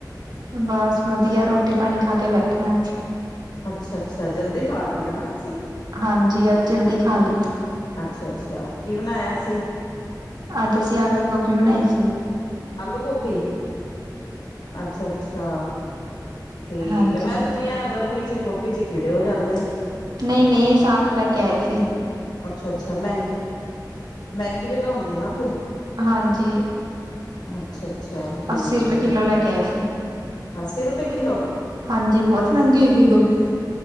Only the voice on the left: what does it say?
ਅੱਛਾ ਅੱਛਾ ਜਲਦੀ ਖਾ ਲਈ ਆ ਨਾ ਤੁਸੀਂ।
ਅੱਛਾ ਅੱਛਾ ਕੀ ਬਣਾਇਆ ਸੀ।
ਆਲੂ ਗੋਭੀ। ਅੱਛਾ ਅੱਛਾ
ਠੀਕ ਹੈ ਮੈਂ ਸੁਣਿਆ ਗਰਮੀ ਚ ਗੋਭੀ ਚ ਕੀੜੇ ਹੋ ਜਾਂਦੇ ਐ।
ਅੱਛਾ ਅੱਛਾ ਮਹਿੰਗੇ। ਮਹਿੰਗੀ ਵੀ ਤਾਂ ਹੁੰਦੀ ਨਾ ਫਿਰ,
ਅੱਛਾ ਅੱਛਾ ਠੀਕ
ਹੈ।
ਅੱਸੀ ਰੁਪਏ ਕਿੱਲੋ